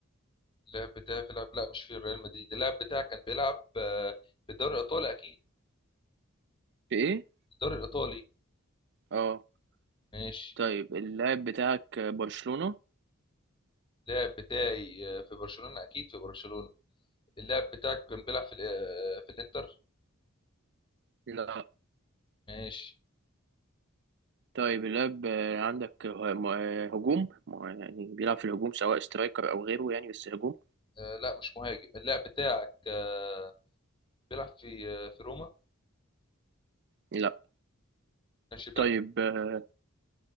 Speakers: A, on the left (about 25°); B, on the right (about 55°).
A: اللاعب بتاعي بيلعب لا مش في ريال مدريد اللاعب بتاعك كان بيلعب آه، في الدوري الإيطالي أكيد
B: في ايه
A: الدوري الإيطالي
B: اه
A: ماشي
B: طيب اللاعب بتاعك آه، برشلونة
A: اللاعب بتاعي آه، في برشلونة أكيد في برشلونة اللاعب بتاعك كان بيلعب في ال- آه، في الإنتر
B: لا
A: ماشي
B: طيب اللاعب آه، عندك آه، م- آه، هجوم م- يعني بيلعب في الهجوم سواء سترايكر او غيره يعني بس هجوم
A: آه، لا مش مهاجم اللاعب بتاعك آه، بيلعب في آه، في روما
B: لا
A: ماشي بيلعب
B: طيب آه،